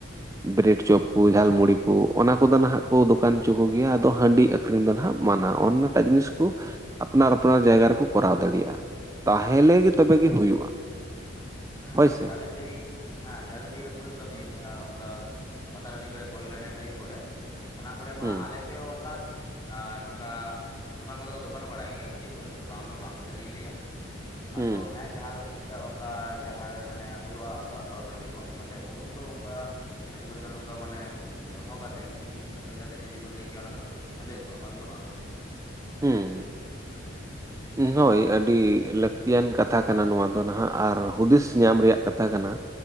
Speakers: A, on the right (about 15°); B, on the left (about 20°).
A: ᱵᱨᱮᱹᱰ ᱪᱚᱯ ᱠᱚ ᱡᱷᱟᱞ ᱢᱩᱲᱤ ᱠᱚ ᱚᱱᱟ ᱠᱚᱫᱚ ᱱᱟᱦᱟᱜ ᱠᱚ ᱫᱚᱠᱟᱱᱪᱚ ᱠᱚᱜᱮᱭᱟ ᱟᱫᱚ ᱦᱟᱺᱰᱤ ᱟᱹᱠᱷᱨᱤᱧ ᱫᱚ ᱱᱟᱦᱟᱜ ᱢᱟᱱᱟ ᱚᱱᱱᱟ ᱮᱴᱟᱜ ᱡᱤᱱᱤᱥ ᱠᱚ ᱟᱯᱱᱟᱨ ᱟᱯᱱᱟᱨ ᱡᱟᱭᱜᱟ ᱨᱮᱠᱚ ᱠᱚᱨᱟᱣ ᱫᱟᱲᱮᱭᱟᱜᱼᱟ ᱛᱟᱦᱞᱮ
B: ᱦᱩᱸ
A: ᱜᱮ ᱛᱚᱵᱮᱜᱮ ᱦᱩᱭᱩᱜᱼᱟ
B: ᱦᱮᱸ
A: ᱦᱳᱭ ᱥᱮ
B: ᱡᱟᱵᱮᱱ ᱞᱟᱹᱭ ᱦᱮᱸ ᱡᱟᱦᱟᱸ ᱵᱮᱱ ᱞᱟᱹᱭ ᱠᱮᱫᱟ ᱵᱷᱩᱞ ᱠᱟᱹᱢᱤ ᱡᱟᱦᱟᱸ ᱚᱝᱠᱟ ᱯᱟᱛᱟ ᱴᱟᱺᱰᱤ ᱠᱚᱨᱮ ᱵᱚᱞ ᱮᱱᱮᱡ ᱰᱟᱹᱦᱤ ᱠᱚᱨᱮ ᱚᱱᱟ ᱠᱚᱨᱮ ᱢᱟ
A: ᱦᱩᱸ
B: ᱟᱞᱮ ᱥᱮᱫ ᱦᱚᱸ ᱚᱝᱠᱟ ᱟᱨ ᱱᱚᱝᱠᱟ ᱫᱚᱠᱟᱱ ᱠᱚᱫᱚ ᱠᱚ ᱫᱚᱠᱟᱱ ᱵᱟᱲᱟᱭ ᱜᱮᱭᱟ ᱦᱟᱺᱰᱤ ᱯᱟᱹᱣᱨᱟᱹ ᱫᱚ ᱵᱟᱝ ᱫᱚ ᱵᱟᱝ ᱪᱮᱫ ᱞᱤᱧ ᱞᱟᱹᱭᱟ
A: ᱦᱩᱸ
B: ᱟᱫᱚ, ᱦᱮᱸ ᱡᱟᱦᱟᱸ ᱞᱮᱠᱟ ᱚᱝᱠᱟ ᱡᱟᱦᱟᱸ ᱨᱮ ᱢᱟᱱᱮ ᱦᱩᱭᱩᱜᱼᱟ ᱚᱝᱠᱟ ᱯᱚᱨᱚᱵᱽ ᱴᱟᱺᱰᱤ ᱠᱚ ᱛᱟᱦᱞᱮ ᱩᱱ ᱦᱤᱞᱳᱜ ᱚᱝᱠᱟ ᱢᱟᱺᱡᱷᱤ ᱯᱟᱨᱜᱟᱱᱟ ᱚᱝᱠᱟ ᱢᱟᱱᱮ ᱫᱚᱦᱚ ᱠᱟᱛᱮᱫ ᱢᱤᱴᱤᱝ ᱢᱤᱴᱤᱝ ᱦᱩᱭ ᱠᱟᱛᱮᱫ ᱡᱩᱫᱤ ᱠᱚ ᱞᱟᱹᱭ ᱠᱮᱭᱟ ᱚᱱᱟ ᱠᱷᱟᱱ ᱵᱷᱟᱞᱮ ᱠᱚᱜᱼᱟ ᱵᱟᱝ ᱫᱚ ᱵᱟᱝ
A: ᱦᱩᱸ
B: ᱦᱩᱸ
A: ᱦᱳᱭ ᱟᱹᱰᱤ ᱞᱟᱹᱠᱛᱤᱭᱟᱱ ᱠᱟᱛᱷᱟ ᱠᱟᱱᱟ ᱱᱚᱶᱟ ᱫᱚ ᱱᱟᱦᱟᱜ ᱟᱨ ᱦᱩᱫᱤᱥ ᱧᱟᱢ ᱨᱮᱭᱟᱜ ᱠᱟᱛᱷᱟ ᱠᱟᱱᱟ